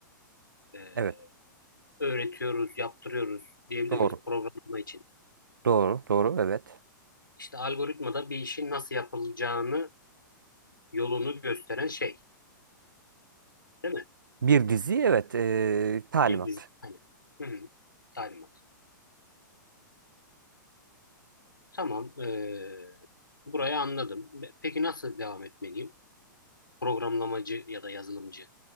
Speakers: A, on the left; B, on the right.
A: e,
B: Evet.
A: öğretiyoruz, yaptırıyoruz diyebilir
B: Doğru.
A: miyiz programlama için?
B: Doğru. Doğru. Evet.
A: İşte algoritmada bir işin nasıl yapılacağını, yolunu gösteren şey, değil mi?
B: Bir dizi evet. eee, talimat.
A: Bir dizi- Aynen. Hı hı. Talimat. Tamam, eee, burayı anladım. Be- Peki nasıl devam etmeliyim? Programlamacı ya da yazılımcı